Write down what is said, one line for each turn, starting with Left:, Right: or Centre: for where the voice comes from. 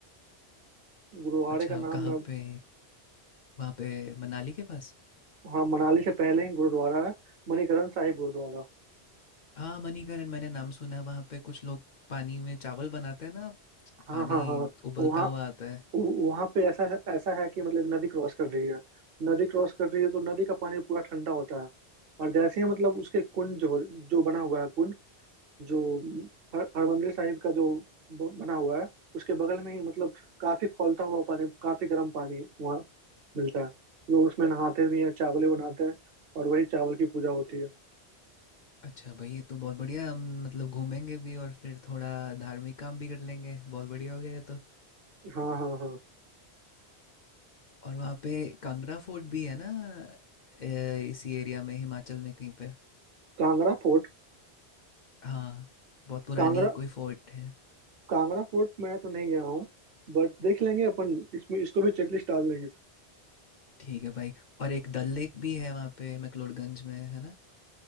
Right: गुरुद्वारे
Left: अच्छा
Right: का नाम
Left: कहाँ
Right: मैं
Left: पे वहाँ पे मनाली के पास
Right: हाँ मनाली से पहले ही गुरुद्वारा है मणिकरण साहिब गुरुद्वारा
Left: हाँ मणिकरण मैंने नाम सुना है वहाँ पे कुछ लोग पानी में चावल बनाते हैं ना
Right: हाँ
Left: पानी
Right: हाँ हाँ हाँ,
Left: उबलता
Right: वहाँ
Left: हुआ आता है
Right: वो- वहाँ पे ऐसा है ऐसा है कि मतलब नदी क्रॉस कर रही है नदी क्रॉस कर रही है तो नदी का पानी पूरा ठंडा होता है और जैसे ही मतलब उसके कुंड जो जो बना हुआ है कुंड जो हर हरमंदिर साहिब का जो ब- बना हुआ है उसके बगल में ही मतलब काफी खौलता हुआ पानी काफी गर्म पानी वहाँ मिलता है लोग उसमें नहाते भी हैं चावल भी बनाते हैं और वही चावल की पूजा होती है
Left: अच्छा भाई ये तो बहुत बढ़िया हम मतलब घूमेंगे भी और फिर थोड़ा धार्मिक काम भी कर लेंगे बहुत बढ़िया हो गया ये तो
Right: हाँ हाँ हाँ
Left: और वहाँ पे कांगड़ा फोर्ट भी है ना ए, इसी एरिया में हिमाचल में कहीं पे
Right: कांगड़ा फोर्ट
Left: हाँ बहुत पुरानी
Right: कांगड़ा
Left: कोई फोर्ट है
Right: कांगड़ा फोर्ट मैं तो नहीं गया हूँ बट देख लेंगे अपन इसमें इसको भी चेकलिस्ट डाल देंगे
Left: ठीक है भाई और एक डल लेक भी है वहाँ पे मैक्लोडगंज में है ना